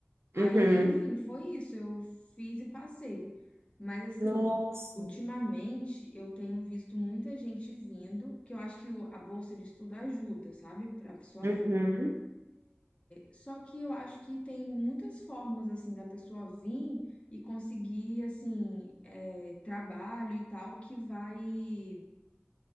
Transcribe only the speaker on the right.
Uhum.
Nossa.
Uhum.